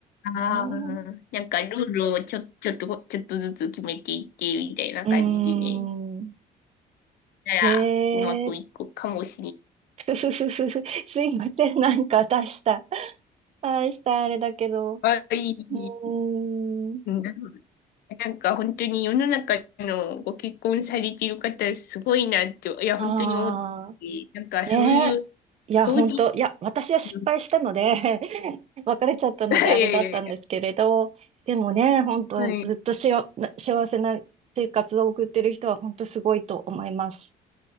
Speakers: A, on the right; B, on the left.
A: すね。
B: ああー、なんかルールをちょ、ちょっと、ちょっとずつ決めていって、みたいな感じでね。
A: うーん。
B: たらうまくいくかもしれ
A: へえ、ふふふふふ。すいません。なんか出した。出したあれだけど。う
B: ないはい。
A: ーん。
B: うん。ない。なんか本当に世の中のご結婚されている方すごいなって、いや本当に思って、
A: ああ。
B: なんかそういう
A: ねえ。いや、
B: 掃除、
A: 本当いや、私は失敗したので
B: うん
A: <laughs> 別れちゃったのであれだったんですけれど、
B: <laughs> いやいやいや、
A: でもね、本当ずっとしよ、
B: はい。
A: な幸せな生活を送ってる人は本当すごいと思います。